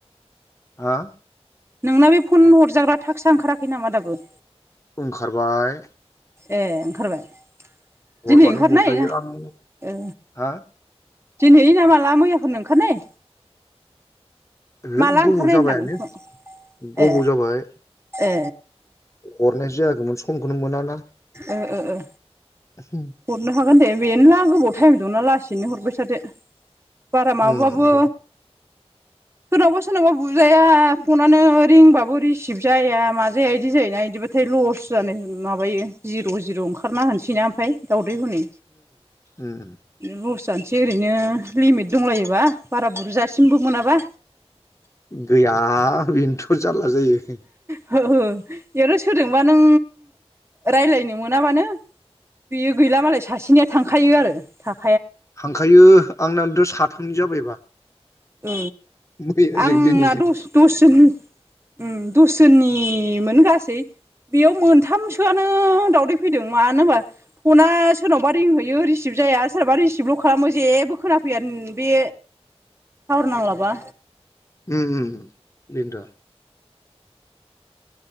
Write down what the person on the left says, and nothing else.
हा?
ओंखारबाय
हरबानो
हरजायो
आं
हा
रोद
गोबाव
जाबायानो
गोबाव
जाबाय
हरनायसो जायाखैमोन समखौनो मोनाना
उम
उम
उम
गैया बेनोथ' जारला जायो
थांखायो आंनथ' साथामनि जाबायबा
मैयाजों
दिनैजों
उम होम होम बेन्थ'